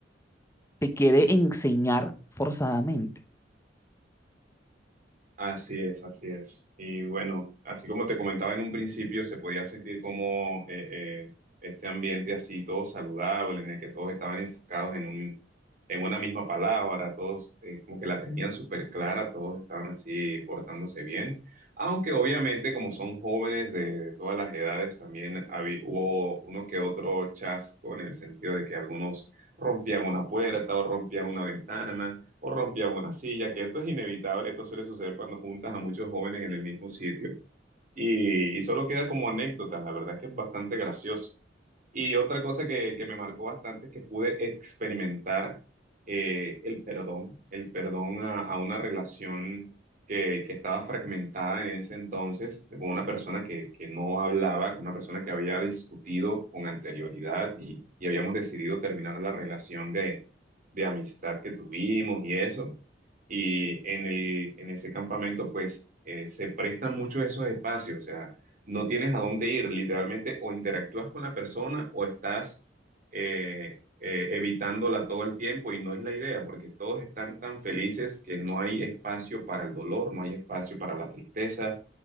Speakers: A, on the left; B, on the right.
A: te quiere enseñar forzadamente.
B: Así es, así es. Y bueno, así como te comentaba en un principio, se podía sentir como eh, eh, este ambiente así todo saludable, en el que todos estaban enfocados en un, en una misma palabra, todos eh, como que la tenían súper clara, todos estaban así portándose bien. Aunque obviamente como son jóvenes de, de todas las edades, también habí- hubo uno que otro chasco en el sentido de que algunos rompían una puerta o rompían una ventana o rompían una silla, que esto es inevitable, esto suele suceder cuando juntas a muchos jóvenes en el mismo sitio. Y, y solo queda como anécdota, la verdad que es bastante gracioso. Y otra cosa que, que me marcó bastante es que pude experimentar eh, el perdón, el perdón a, a una relación que, que estaba fragmentada en ese entonces, con una persona que, que no hablaba, con una persona que había discutido con anterioridad y, y habíamos decidido terminar la relación de, de amistad que tuvimos y eso. Y en el, en ese campamento, pues, eh, se prestan muchos esos espacios, o sea no tienes a dónde ir, literalmente o interactúas con la persona o estás eh, eh, evitándola todo el tiempo y no es la idea, porque todos están tan felices que no hay espacio para el dolor, no hay espacio para la tristeza